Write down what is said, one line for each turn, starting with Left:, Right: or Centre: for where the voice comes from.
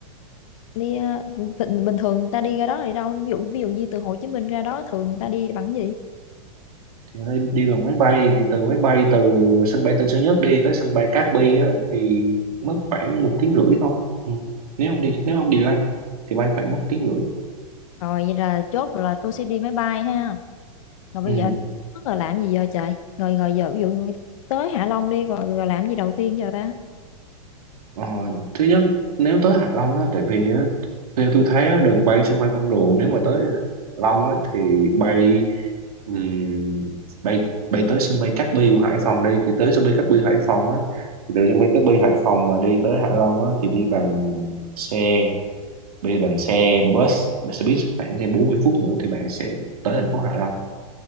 Left: đi ờ, bình bình thường người ta đi ra đó là đi đâu ví dụ ví dụ như từ Hồ Chí Minh ra đó thường người ta đi bằng cái gì
Right: Thì ở đây đi bằng máy bay thì từ máy bay từ sân bay Tân Sơn Nhất đi tới sân bay Cát Bi á, thì mất khoảng một tiếng rưỡi thôi ừ. nếu không đi nếu không delay thì bay khoảng một tiếng rưỡi
Left: rồi vậy là chốt là tôi sẽ đi máy bay ha rồi bây
Right: ừ.
Left: giờ mất rồi làm gì giờ trời rồi rồi giờ ví dụ như tới Hạ Long đi rồi rồi làm gì đầu tiên giờ ta
Right: ờ, thứ nhất nếu tới Hạ Long á, tại vì á, theo tôi thấy á, đường bay sân bay Vân Đồn nếu mà tới Hạ Long á, thì bay ừm, bay bay tới sân bay Cát Bi của Hải Phòng đi thì tới sân bay Cát Bi Hải Phòng á thì từ sân bay Cát Bi Hải Phòng mà đi tới Hạ Long á, thì đi bằng xe bây giờ bằng xe bus xe buýt khoảng thêm 40 phút nữa thì bạn sẽ tới thành phố Hạ Long